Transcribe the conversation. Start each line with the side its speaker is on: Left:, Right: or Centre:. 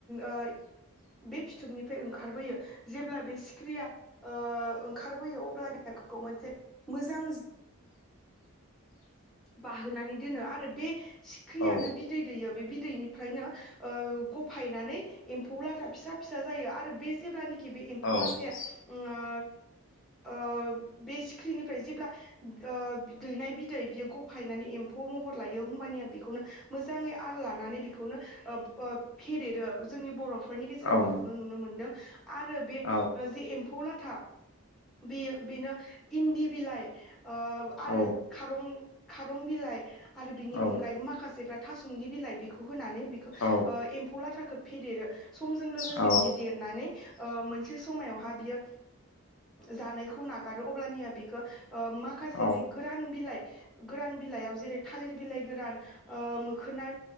Centre: ओ बे फिथोबनिफ्राय ओंखारबोयो जेब्ला बे सिख्रिया ओ ओंखारबोयो अब्लानि खौ मोनसे <unintelligible> मोजां बाहोनानै दोनो आरो बे सिख्रियानो
Left: औ
Centre: बिदै दैयो बे बिदैनिफ्रायनो ओ गफायनानै एम्फौ लाथा फिसा फिसा जायो आरो बे जेब्लानि खि बे एम्फौ
Left: औ
Centre: लाथाया उम आ ओ बे सिख्रिनिफ्राय जेब्ला आ दैनाय बिदै बियो गफायनानै एम्फौ महर लायो होमबानिया बेखौनो मोजाङै आरो लानानै बेखौनो ओ ओ फेदेरो जोंनि बर' फोरनि गेजेराव
Left: औ
Centre: बेखौनो नुनो मोन्दों। आरो बे
Left: औ
Centre: जि एम्फौ ला था बियो बिनो इन्दि बिलाइ ओ आरो
Left: औ
Centre: खारं खारं बिलाइ आरो बिनि
Left: औ
Centre: अनगायैबो माखासेफ्रा थासंनि बिलाइ बेखौ होनानै बिखौ
Left: औ
Centre: ओ एम्फौ लाथाखौ फेदेरो समजों लोगोसे
Left: औ
Centre: बियो देरनानै ओ मोनसे मोनसे समायावहा बियो जानायखौ नागार गारो अब्लानिया बेखौ ओ माखासे
Left: औ
Centre: बे गोरान बिलाइ गोरान बिलाइयाव जेरै थालिर बिलाइ गोरान ओ मोखोना